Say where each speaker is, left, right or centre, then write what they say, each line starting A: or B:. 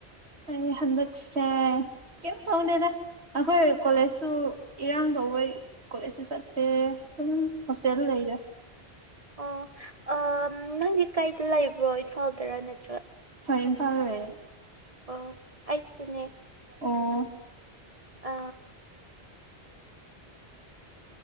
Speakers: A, on the right; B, on the right.
A: ꯑꯩ ꯍꯟꯗꯛꯁꯦ ꯀꯝ ꯇꯧꯗꯦꯗ ꯑꯩꯈꯣꯏ ꯀꯣꯂꯦꯖꯁꯨ ꯏꯔꯥꯡ ꯇꯧꯕꯩ ꯀꯣꯂꯦꯖꯁꯨ ꯆꯠꯇꯦ ꯑꯗꯨꯝ ꯍꯣꯁꯇꯦꯜ ꯂꯩꯔꯦ
B: ꯑꯣꯑ ꯅꯪꯒꯤ ꯀꯥꯏꯗ ꯂꯩꯕ꯭ꯔꯣ ꯏꯝꯐꯥꯜꯗꯔ ꯅꯠꯇ꯭ꯔ
A: ꯍꯣꯏ ꯏꯝꯐꯥꯜ ꯂꯩꯌꯦ
B: ꯑꯣ ꯑꯩꯁꯨꯅꯦ
A: ꯑꯣ
B: ꯑ